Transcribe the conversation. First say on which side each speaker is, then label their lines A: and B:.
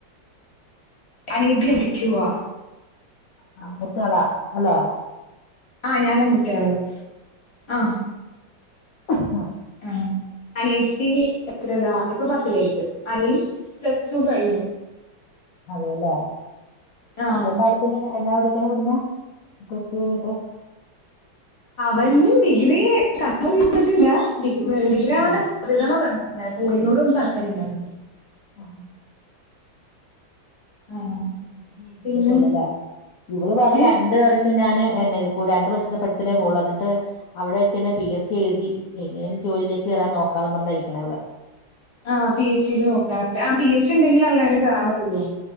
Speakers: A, on the left; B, on the left.
A: അനീദ്യ ലിക്കുക
B: ആ മുത്തള അല്ല
A: ആ ഞാന <unintelligible> ആ
B: ആ
A: ആ അനിയത്തി എത്രേലാ ഇപ്പൊ പത്തിലേക്ക് അനിൻ പ്ലസ്റ്റു കഴിഞ്ഞു
B: അതെലേ
A: ആഹ്
B: അത്പ്പ അടുത്ത് നി എന്നാ പഠി <unintelligible> വിട്ന്ന് കൊറച്ചു കഴിഞ്ഞിട്ട്.
A: അവൻ ഡിഗ്രി ക <unintelligible> ചെയ്തിട്ടില്ല ഡിഗ്രി ആവാനാ
B: ആഹ്
A: <unintelligible> പറഞ്ഞത് പോളീനോട് ഒന്നും താല്പര്യല്ല <unintelligible>
B: ആ
A: ആഹ്
B: <unintelligible> ചെയ്തിട്ടുള്ളല്ലേ
A: പിന്നെ
B: ഇവള് പറഞ്ഞ്
A: ഏഹ്
B: രണ്ട് വർഷം ഞാന് രണ്ടു വർഷത്തെ പഠപ്പിനെ പോകുള്ളൂ എന്നിട്ട് അവിടെ വെച്ചന്നെ പി എസ് സി എഴുതി എങ്ങേനേലും ജോലിക്ക് കേറാൻ നോക്കാന്ന് പറഞ്ഞിട്ടാ ഇരിക്കണേ അവള്
A: ആ പി എസ് സിയില് നോക്കാനല്ലേ ആ പി എസ് സി ഉണ്ടെങ്കിൽ അല്ലേ അങ്ങനെ കേറാൻ പറ്റുള്ളൂ